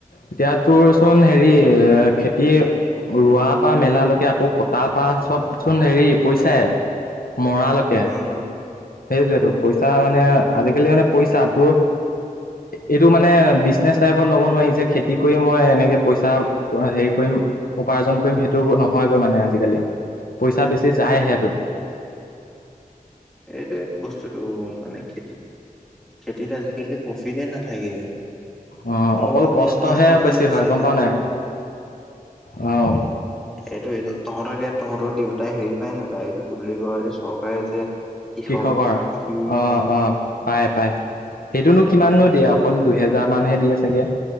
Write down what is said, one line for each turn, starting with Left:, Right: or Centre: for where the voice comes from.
Left: এতিয়া তোৰচোন হেৰি এ খেতিয়ে ৰোৱা পৰা মেলালৈকে আকৌ ক তাৰপৰা চবচোন হেৰি পইচাই মৰালৈকে।
Centre: ৰ
Left: সেইটোৱেটো পইচা মানে আজিকালি মানে পইচা তোৰ এইটো মানে বিজনেছ টাইপত ল'ব নোৱাৰি যে খেতি কৰি মই এনেকৈ পইচা হেৰি কৰিম উপাৰ্জন কৰিম সেইটো নহয়গৈ মানে আজিকালি। পইচা বেছি যায় সেইটো।
Centre: এইটোৱে বস্তুটো মানে খেতি খেতিত আজিকালি প্ৰফিতে নাথাকে।
Left: অঁ
Centre: আৰু
Left: অকল
Centre: মানে
Left: কষ্টহে
Centre: কেচটো কি
Left: বেছি
Centre: হৈছে
Left: হয় গম পাৱ নাই
Centre: তোৰ
Left: অঁ
Centre: এইটো তহঁতকে তহঁতৰ দেউতাই হেৰি পায় নোপায় এইটো কি বুলি কয় এই চৰকাৰে যে কৃষক
Left: কৃষকৰ
Centre: কৃষি
Left: অহ
Centre: ধন
Left: অহ পাই পাই সেইটোনো কিমানো দিয়ে অকল দুহেজাৰ মানহে দিয়ে চাগে?